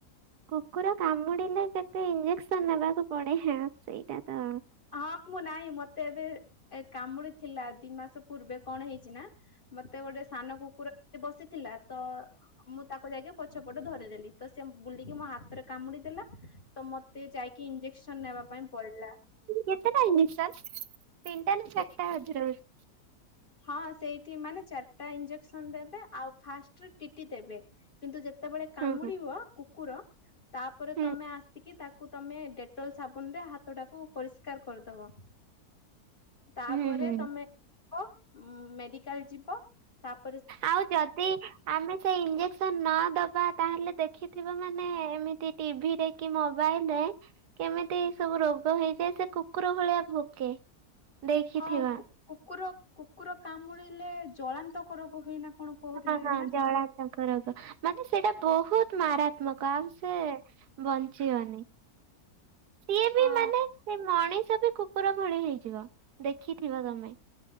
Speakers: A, on the right; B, on the left.
A: କୁକୁର କାମୁଡିଲେ କେତେ ଇଞ୍ଜେକ୍ସନ ନେବାକୁ ପଡେ ହେଁ ସେଇଟା ତ।
B: ହଁ ମୁଁ ନାହିଁ ମତେ ଏବେ କାମୁଡିଥିଲା ଦି ମାସ ପୂର୍ବେ କଣ ହେଇଛି ନା- - ମତେ ଗୋଟେ ସାନ କୁକୁର ବସିଥିଲା ତ -- ମୁଁ ତାକୁ ଯାଇକି ପଛପଟେ ଧରିଦେଲି ତ ସେ ବୁଲିକି ମୋ ହାତରେ କାମୁଡିଦେଲା ତ ମ ତେ ଯାଇକି ଇଞ୍ଜେକ୍ସନ ନେବା ପାଇଁ ପଡିଲା।
A: କେତେଟା ହେଇନି ସାର୍ ତିନିଟା ନା
B: ସେ
A: ଚାରିଟା ହଜରଛି।
B: ହଁ ସେଇଠି ମାନେ ଚାରିଟା ଇଞ୍ଜେକ୍ସନ ଦେବେ ଆଉ ଫାଷ୍ଟ ଟିଟି ଦେବେ କିନ୍ତୁ ସେତେବେଳେ କାମୁଡିବ
A: ହୁଁ
B: କୁକୁର ତାପରେ
A: ହୁଁ
B: ତମେ ଆସିକି ତାକୁ ତମେ ଡେଟଲ ସାବୁନ ରେ ହାତ ଟାକୁ ପରିଷ୍କାର କରିଦବ। ତାପରେ
A: ହୁଁ ହୁଁ ହୁଁ
B: ତମେ ଯିବ ମେଡିକାଲ ଯିବ ତା --
A: ଆଉ ଯଦି ଆମେ ସେଇ ଇଞ୍ଜେ -- ସନ ନ ଦବା ତାହେଲେ ଦେଖିଥିବ ମାନେ ଏମିତି ଟିଭିରେ କି ମୋବାଇଲ ରେ କେମିତି ଏଇ ସବୁ ରୋଗ ହେଇଯାଏ। ସେ କୁକୁର ଭଳିଆ ଭୋକେ। ଦେଖିଥିବା।
B: ହଁ କୁକୁର କୁକୁର କାମୁଡ଼ିଲେ ଜଳାନ୍ତକ ରୋଗ ହୁଏନା କଣ? କହୁଥିଲେ
A: ହଁ ହଁ
B: ନା
A: ଜଳାନ୍ତକ ରୋଗ ମାନେ ସେଇଟା ବହୁତ ମାରାତ୍ମକ ଆଉ ସେ- - ବଞ୍ଚିିଅନି। ସିଏ
B: ହଁ
A: ବି ମାନେ ସେଇ ମଣିଷ ବି କୁକୁର ଭଳି ହେଇଯିବ ଦେଖିଥିବ ତମେ।